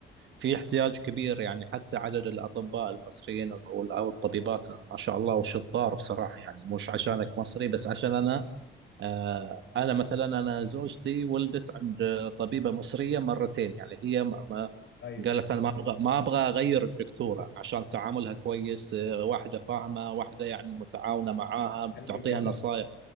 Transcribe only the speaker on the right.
في احتياج كبير يعني حتى عدد الأطباء المصريين أو أو الطبيبات ما شاء الله والشطار بصراحة يعني مش عشانك مصري بس عشان أنا آه، أنا مثلا أنا زوجتي ولدت عند طبيبة مصرية مرتين يعني هي ما ما-
قالت أنا ما أبغى ما أبغى أغير الدكتورة عشان تعاملها كويس آه، واحدة فاهمة واحدة يعني متعاونة معاها بتعطيها
نصايح